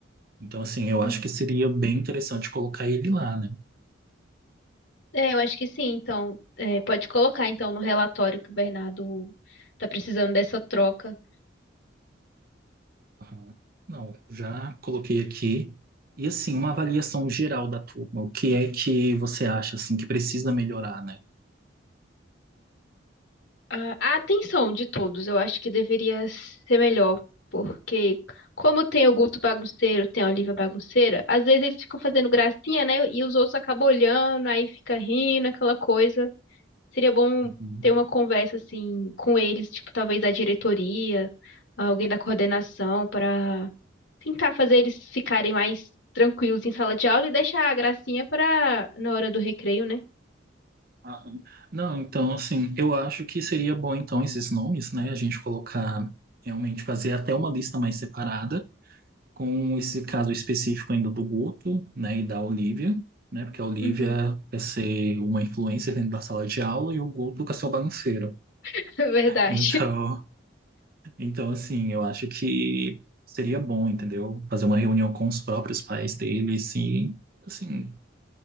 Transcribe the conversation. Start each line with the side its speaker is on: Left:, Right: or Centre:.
Right: Então, assim, eu acho
Left: Uhum.
Right: que seria bem interessante colocar ele lá, né?
Left: É, eu acho que sim. Então, é, pode colocar então no relatório que o Bernardo tá precisando dessa troca.
Right: Aham. Não, já coloquei aqui. E, assim, uma avaliação geral da turma. O que é que você acha, assim, que precisa melhorar, né?
Left: A a atenção de todos, eu acho que deveria ser melhor, porque como tem o Guto bagunceiro, tem a Olivia bagunceira, às vezes eles ficam fazendo gracinha, né? E os outros acabam olhando, aí fica rindo, aquela coisa. Seria bom
Right: Uhum.
Left: ter uma conversa assim com eles, tipo, talvez a diretoria, alguém da coordenação, para tentar fazer eles ficarem mais tranquilos em sala de aula e deixar a gracinha para na hora do recreio, né?
Right: Aham. Não, então, assim, eu acho que seria bom, então, esses nomes, né? A gente colocar, realmente, fazer até uma lista mais separada, com esse caso específico ainda do Guto, né? E da Olivia, né? Porque a Olivia
Left: Uhum,
Right: quer ser uma influencer dentro da sala de aula e o Guto quer ser o bagunceiro.
Left: <laughs> verdade.
Right: Então, então, assim, eu acho que seria bom, entendeu? Fazer uma reunião com os próprios pais deles e, assim,